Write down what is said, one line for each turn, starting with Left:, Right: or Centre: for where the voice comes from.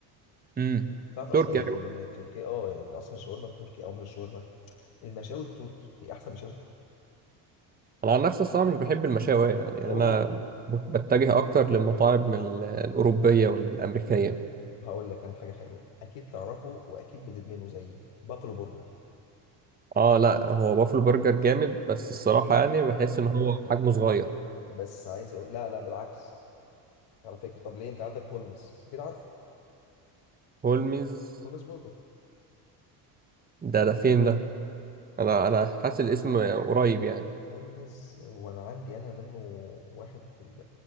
Right: مم.
Left: تعرف اصلا
Right: تركي يعني
Left: ان إن تركيا اه ان اصلا الشاورما التركي او مش الشاورما المشاوي التركي هي احسن مشاوي
Right: انا عن نفسي الصراحة مش بحب المشاوي يعني يعني
Left: اوه
Right: انا بتجه
Left: اوه
Right: اكتر للمطاعم ال- الاوروبية والامريكية
Left: هقول لك انا حاجه حلوه اكيد تعرفه واكيد بتدمنه زيي بافلو برجر
Right: اه لا هو بافلو برجر جامد بس الصراحة يعني بحس ان هو حجمه صغير
Left: بس عايز اقول لا لا بالعكس على فكره طب ليه انت عندك هولمز اكيد عارف
Right: هولمز
Left: هولمز برجر
Right: ده ده فين ده انا انا حاسس الاسم قريب يعني
Left: هولمز وانا عندي انا منه واحد في ال...